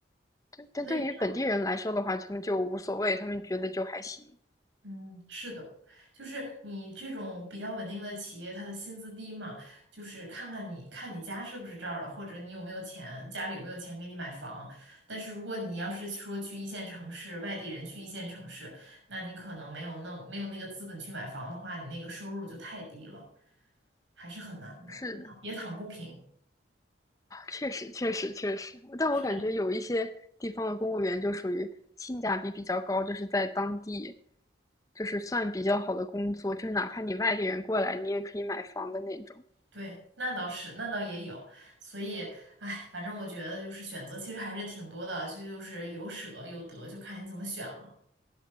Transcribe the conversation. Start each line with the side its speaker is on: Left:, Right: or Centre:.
Left: 但对于本地人来说的话，
Right: 所以这样，
Left: 他们就无所谓，他们觉得就还行。
Right: 嗯，是的，就是你这种比较稳定的企业，它的薪资低嘛，就是看看你看你家是不是这儿的，或者你有没有钱，家里有没有钱给你买房。但是如果你要是说去一线城市，外地人去一线城市，那你可能没有弄，没有那个资本去买房的话，你那个收入就太低了，还是很难的，
Left: 是
Right: 也躺也躺不平。
Left: 确实，确实，确实，但我感觉有一些地方的公务员就属于性价比比较高，
Right: 是
Left: 就是在当地，就是算比较好的工作，就是哪怕你外地人过来，你也可以买房的那种。
Right: 对，那倒是，那倒也有，所以，哎，反正我觉得就是选择其实还是挺多的，这就是有舍有得，就看你怎么选了。